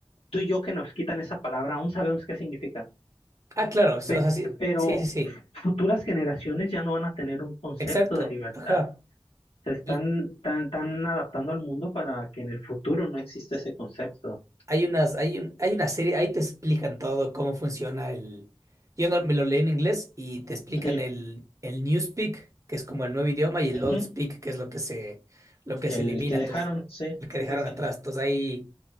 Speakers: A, on the left; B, on the right.
A: tú y yo que nos quitan esa palabra, aún sabemos qué significa.
B: Ah, claro, o sea,
A: Pe-
B: sí,
A: pero
B: sí, sí, sí,
A: futuras generaciones ya no van a tener un concepto
B: exacto,
A: de libertad.
B: ajá.
A: Se están
B: Y
A: tan, tan adaptando al mundo para que en el futuro no exista ese concepto.
B: hay unas, hay un, hay una serie, ahí te explican todo cómo funciona el. Yo no, me lo leí en inglés y te explican
A: Sí.
B: el, el Newspeak, que es como el nuevo idioma, y el
A: Ujú.
B: Old Speak, que es lo que se, lo que
A: El
B: se elimina,
A: que dejaron,
B: entonces,
A: sí,
B: lo que
A: sí,
B: dejaron
A: sí, sí.
B: atrás. Entonces, hay,